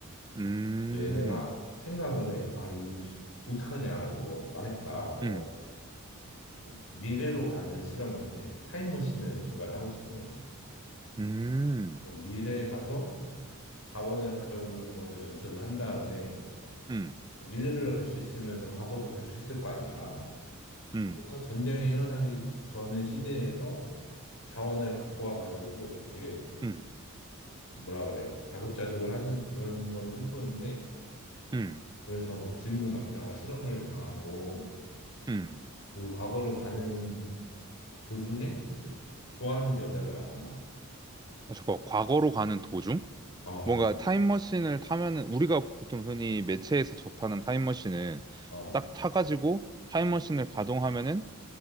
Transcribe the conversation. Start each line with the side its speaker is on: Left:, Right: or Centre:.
Right: 음,
Left: 얘네가 생각을 해. 아, 이거 씨, 어떡하냐, 이거 망했다. 그래가지고
Right: 음,
Left: 어, 미래로 가는 실험을 해. 타임머신을 개발을 하고 싶은 거지.
Right: 음,
Left: 그래서 미래에 가서 자원을 가져오는 거를 연습을 한 다음에
Right: 음,
Left: 어, 미래를 갈 수 있으면 과거도 갈 수 있을 거 아니야.
Right: 음,
Left: 그래서 전쟁이 일어나기 전의 시대에서 자원을 갖고 와가지고 이렇게
Right: 음,
Left: 뭐라 그래 자급자족을 하는 그런 거를 꿈꾸는데
Right: 음,
Left: 그래서 막 주인공 남자가 실험을 당하고
Right: 음.
Left: 그 과거로 가는 도중에 이제 좋아하는 여자를 만나.
Right: 아, 잠깐, 과거로 가는 도중?
Left: 어, 어,
Right: 뭔가 타임머신을 타면은 우리가 보통 흔히 매체에서 접하는 타임머신은
Left: 어,
Right: 딱 타가지고 타임머신을 가동하면은